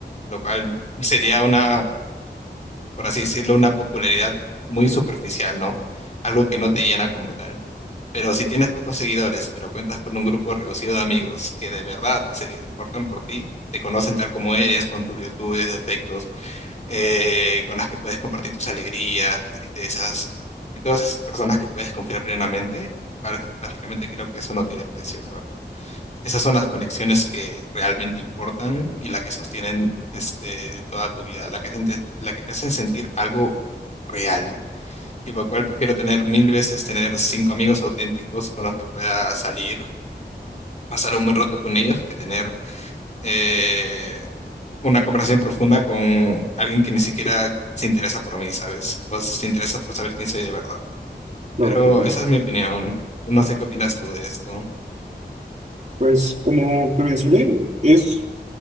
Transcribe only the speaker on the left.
Lo cual sería una, por así decirlo, una popularidad muy superficial, ¿no? Algo que no te llena como tal. Pero si tienes pocos seguidores, pero cuentas con un grupo reducido de amigos que de verdad se importan por ti, te conocen tal como eres, con tus virtudes, defectos, eh, con las que puedes compartir tus alegrías, tus tristezas, y todas esas personas que puedes confiar plenamente, prácticamente creo que eso no tiene precio, la verdad. Esas son las conexiones que realmente importan y la que sostienen este, toda tu vida, la que, te, la que te hacen sentir algo real. Y por lo cual prefiero tener mil veces tener cinco amigos auténticos con los que pueda salir, pasar un buen rato con ellos, que tener eh, una conversación profunda con alguien que ni siquiera se interesa por mí, ¿sabes? O se interesa por saber quién soy de verdad.
Pero
esa es mi opinión. No sé qué opinas tú de esto.